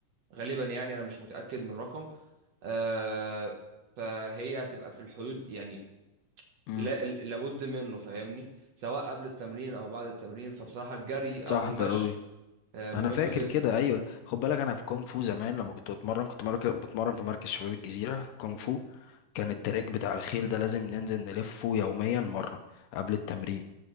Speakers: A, on the right (about 55°); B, on the left (about 75°).
A: غالبا يعني انا مش متأكد من الرقم آه فهي هتبقى في الحدود يعني
B: امم
A: لا ال- لابد منه فاهمني سواء قبل التمرين او بعد التمرين فبصراحة الجري او
B: صح
A: المشي
B: ضروري
A: آه مهم
B: انا فاكر
A: جدا
B: كده ايوه خد بالك انا في كونغ فو زمان لما كنت بتمرن كنت مركز بتمرن في مركز شباب الجزيره كونغ
A: مم.
B: فو كان التراك بتاع الخيل ده لازم ننزل نلفه يوميا مره قبل التمرين